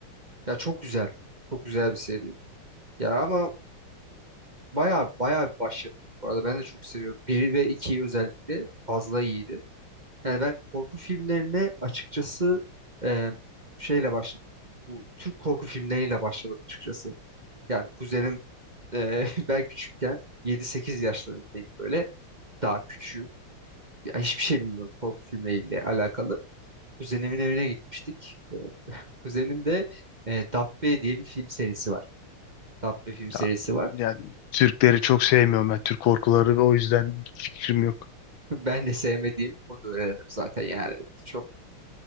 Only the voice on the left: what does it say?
Ya,
yani
Türkleri çok sevmiyorum ben. Türk korkuları ve o yüzden fikrim yok.